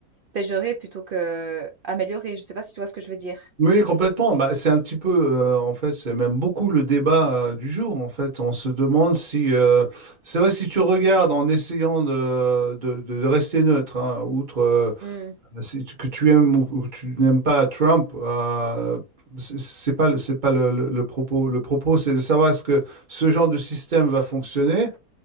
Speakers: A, on the right; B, on the right.
A: péjorer plutôt que améliorer Je sais pas si tu vois ce que je veux dire?
B: Oui, complètement. Bah, c'est un petit peu, euh, en fait, c'est même beaucoup le débat euh, du jour. En fait, on se demande si, euh, c'est vrai, si tu regardes en essayant de, de, de- de rester neutre, hein, outre euh,
A: Mmh.
B: si tu- que tu aimes ou, ou que tu n'aimes pas Trump, euh, c'est c'est pas, le- c'est pas le, le- le propos. Le propos, c'est de savoir est-ce que ce genre de système va fonctionner.